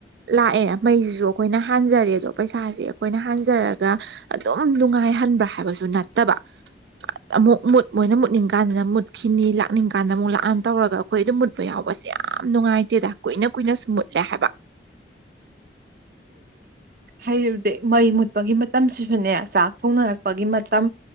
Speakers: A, on the right; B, on the right.
A: ꯂꯥꯛꯑꯦ ꯃꯩꯁꯤꯁꯨ ꯑꯩꯈꯣꯏꯅ ꯍꯥꯟꯖꯔꯦꯗꯣ ꯄꯩꯁꯥꯁꯦ ꯑꯩꯈꯣꯏꯅ ꯍꯥꯟꯖꯔꯒ ꯑꯗꯨꯝ ꯅꯨꯡꯉꯥꯏꯍꯟꯕ꯭ꯔꯥ ꯍꯥꯏꯕꯁꯨ ꯅꯠꯇꯕ ꯑꯃꯨꯛ ꯃꯨꯠ ꯃꯣꯏꯅ ꯃꯨꯠꯅꯤꯡꯀꯥꯟꯗꯅ ꯃꯨꯠꯈꯤꯅꯤ ꯂꯥꯛꯅꯤꯡꯀꯥꯟꯗ ꯑꯃꯨꯛ ꯂꯥꯛ ꯑꯅ ꯇꯧꯔꯒ ꯑꯩꯈꯣꯏ ꯑꯗꯨꯝ ꯃꯨꯠꯄ ꯌꯥꯎꯕꯁꯦ ꯌꯥꯝ ꯅꯨꯡꯉꯥꯏꯇꯦꯗ ꯀꯨꯏꯅ ꯀꯨꯏꯅꯁꯨ ꯃꯨꯠꯂꯦ ꯍꯥꯏꯕ
B: ꯍꯩꯔꯨꯗꯤ ꯃꯩ ꯃꯨꯠꯄꯒꯤ ꯃꯇꯝꯁꯤꯁꯨꯅꯦ ꯆꯥꯛ ꯊꯣꯡꯅꯔꯛꯄꯒꯤ ꯃꯇꯝ